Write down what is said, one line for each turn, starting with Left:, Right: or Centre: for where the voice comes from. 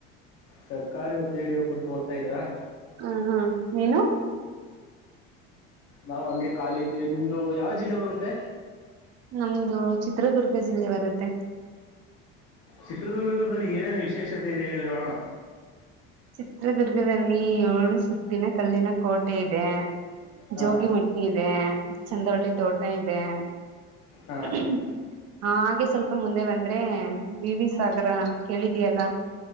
Left: ಸರ್ಕಾರಿ ಉದ್ದೆ ಹಿಡಿಬೇಕು ಅಂತ ಓದ್ತಾ ಇದ್ರಾ
Right: ಹ ಹಾ ನೀನು
Left: ನಾವು ಹಂಗೆ ಖಾಲಿ ಇದ್ದೀವಿ ನಿಮ್ದು ಯಾವ ಜಿಲ್ಲೆ ಬರುತ್ತೆ
Right: ನಮಂದು ಚಿತ್ರದುರ್ಗ ಜಿಲ್ಲೆ ಬರುತ್ತೆ
Left: ಚಿತ್ರದುರ್ಗದಲ್ಲಿ ಏನೇನು ವಿಶೇಷತೆ ಇದೆ ಹೇಳಿ ನೋಡೋಣ
Right: ಚಿತ್ರದುರ್ಗದಲ್ಲಿ ಏಳು ಸುತ್ತಿನ ಕಲ್ಲಿನ ಕೋಟೆ ಇದೆ
Left: ಹಾ
Right: ಜೋಗಿಮಟ್ಟಿ ಇದೆ ಚಂದವಳ್ಳಿ ತೋಟ ಇದೆ <inaudible>
Left: ಹಾ
Right: ಹಾ ಹಾಗೆ ಸ್ವಲ್ಪ ಮುಂದೆ ಬಂದ್ರೆ ವಿವಿ ಸಾಗರ ಕೇಳಿದಿಯಲ್ಲ